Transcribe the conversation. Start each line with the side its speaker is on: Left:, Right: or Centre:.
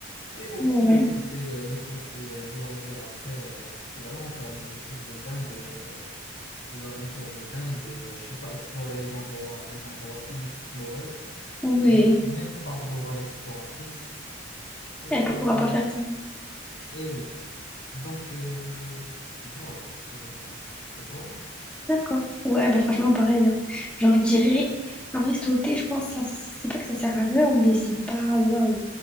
Left: Et aussi
Centre: Ouais.
Left: le côté, euh, le côté euh, loisir. Après, euh, tu peux vraiment faire des, des trucs de dingue, euh, des aventures de dingue. euh, je sais pas, explorer des endroits, des endroits inexplorés,
Centre: Oui,
Left: même, même par Dora l'exploratrice. Euh,
Centre: elle pourra pas faire ça.
Left: eh oui. Donc, euh, voilà, c'est ce que je pense. Et toi?
Centre: D'accord. Ouais, bah franchement, pareil. hein. Genre, je dirais, en vrai, sauter, je pense, ça, c'est pas que ça sert à rien, mais c'est pas waouh.